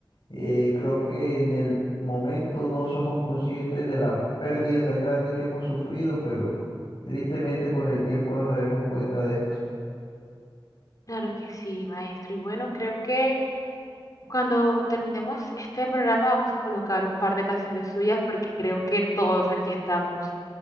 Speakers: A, on the left; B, on the left.
A: Eh, creo que en el momento no somos conscientes de la pérdida tan grande que hemos sufrido, pero tristemente con el tiempo nos daremos cuenta de esto.
B: Claro que sí, maestro. Y bueno, creo que... Cuando terminemos este programa vamos a colocar un par de canciones suyas porque creo que todos aquí estamos